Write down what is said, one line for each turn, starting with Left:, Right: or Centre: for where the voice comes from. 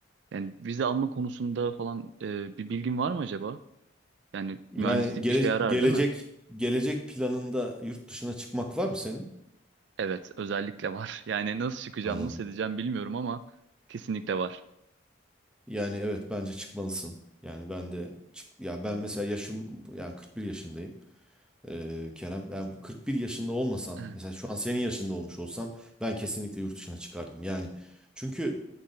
Right: Yani vize alma konusunda falan e, bir bilgin var mı acaba? Yani
Centre: Yani
Right: mühendislik
Centre: gele-
Right: işe yarar
Centre: gelecek
Right: değil mi?
Centre: gelecek planında yurt dışına çıkmak var mı senin?
Right: Evet, özellikle var. <laughs> Yani nasıl çıkacağım,
Centre: Anladım.
Right: nasıl edeceğim bilmiyorum ama kesinlikle var.
Centre: Yani evet bence çıkmalısın. Yani ben de çık ya ben mesela yaşım yani 41 yaşındayım. Ee, Kerem ben bu 41 yaşında olmasam
Right: Evet.
Centre: mesela şu an senin yaşında olmuş olsam ben kesinlikle yurt dışına çıkardım. Yani çünkü